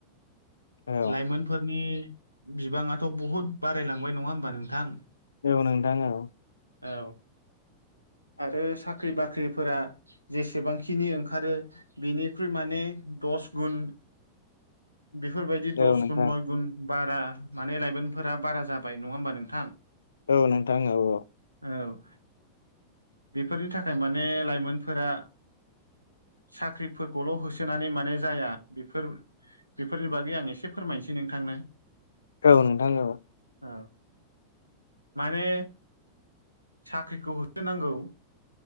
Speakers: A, on the left (about 70°); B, on the right (about 90°).
A: औ
B: लाइमोनफोरनि बिबाङाथ' बहुद बारायलांबाय नङा होमबा नोंथां?
A: औ नोंथां औ।
B: औ। आरो साख्रि बाख्रिफोरा जेसेबांखिनि ओंखारो बेनिख्रुइ माने दस गुन
A: <inaudible>
B: बेफोरबायदि
A: औ
B: दस
A: नोंथां
B: गुन नय गुन बारा माने लाइमोनफोरा बारा जाबाय नङा होमबा नोंथां?
A: औ नोंथां औ औ।
B: औ बेफोरनि थाखाय माने लाइमोनफोरा साख्रिफोरखौल' होसोनानै माने जाया बेफोर बेफोरनि बागै आं एसे फोरमायनोसै नोंथांनो।
A: औ नोंथां औ।
B: औ माने साख्रिखौ नांगौ